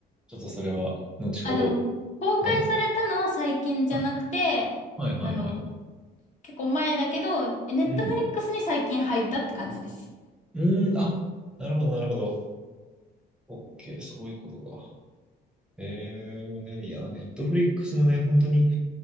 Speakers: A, in the centre; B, on the left (about 45°).
A: ちょっとそれは後ほど。
B: あ、でも、公開されたのは最近じゃなくて、
A: えはい。はいはいはい。
B: あの、結構前だけど、ネットフリックスに最近入ったって感じです。
A: うん。うん、あ、なるほどなるほど。OK、そういうことか。えー、いや、ネットフリックスもね、本当に